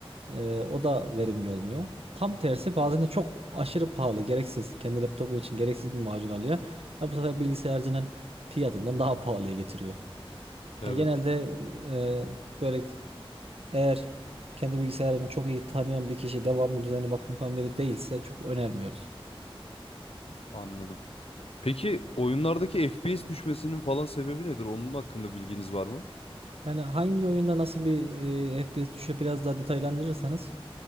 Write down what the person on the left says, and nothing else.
Evet.
Anladım. Peki oyunlardaki FPS düşmesinin falan sebebi nedir? Onun hakkında bilginiz var mı?